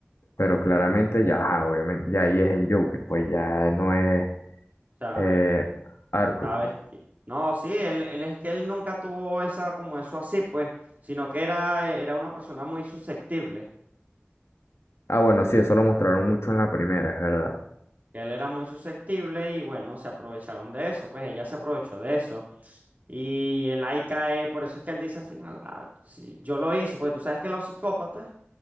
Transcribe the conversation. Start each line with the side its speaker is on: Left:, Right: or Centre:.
Left: Pero claramente ya, ajá, obviamente, ya ahí es el Joker, pues ya no es
Right: sea,
Left: eh, Arthur.
Right: está vestido. No, sí, él, él es que él nunca tuvo esa, como eso así, pues, sino que era, e, era una persona muy susceptible,
Left: Ah, bueno, sí, eso lo mostraron mucho en la primera, es verdad.
Right: él era muy susceptible y bueno, se aprovecharon de eso, pues ella se aprovechó de eso. Y el ahí cae, por eso es que él dice al final, "Ah, sí, yo lo hice, porque tú sabes que los psicópatas,